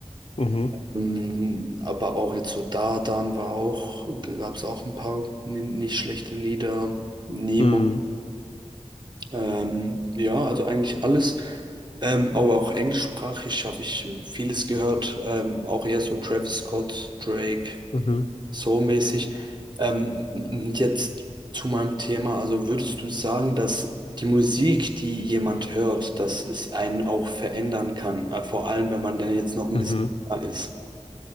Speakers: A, on the left; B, on the right.
A: mhm,
B: Ähm, aber auch jetzt so Da Dan war auch, gab es auch ein paar ni- nicht schlechte Lieder. Nemo.
A: mhm,
B: Ähm, ja, also eigentlich alles. Ähm, aber auch englischsprachig habe ich vieles gehört. Ähm, auch eher so Travis Scott, Drake,
A: mhm,
B: so mäßig. Ähm, und jetzt zu meinem Thema. Also würdest du sagen, dass die Musik, die jemand hört, dass es einen auch verändern kann? Äh, vor allem, wenn man dann jetzt noch ein
A: mhm.
B: bisschen jünger ist.